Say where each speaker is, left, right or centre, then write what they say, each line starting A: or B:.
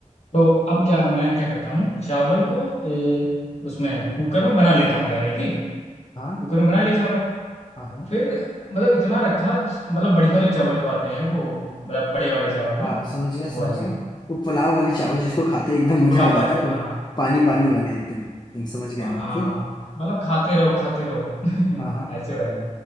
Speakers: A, on the left (about 55°); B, on the left (about 35°).
A: तो अब क्या मैं क्या करता हूँ चावल को ए, उसमें कुकर में बना लेता हूँ पहले ठीक
B: हाँ
A: कुकर में बना लिए चावल
B: हाँ हाँ
A: फिर मतलब इतना रखा च- मतलब बढ़िया वाले चावल जो आते हैं वो मतलब बड़े वाले चावल
B: हाँ
A: ना
B: हाँ, समझ गया समझ
A: वो वाले
B: गया वो पुलाव
A: हम्म
B: वाले चावल जिसको खाते ही एकदम मजा
A: पुलाव
B: आ जाता
A: वाले
B: है
A: हाँ
B: पूरा पानी पानी
A: हाँ
B: वाले एकदम एकदम समझ गया
A: पा-
B: मैं
A: हाँ
B: फिर
A: मतलब खाते रहो खाते रहो <laughs>
B: हाँ हाँ
A: ऐसे वाले